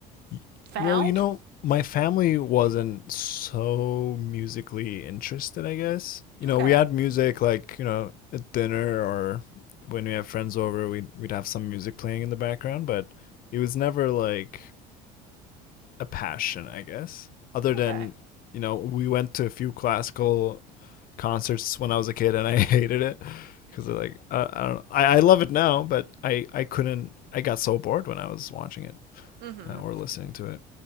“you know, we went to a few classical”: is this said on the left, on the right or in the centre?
Left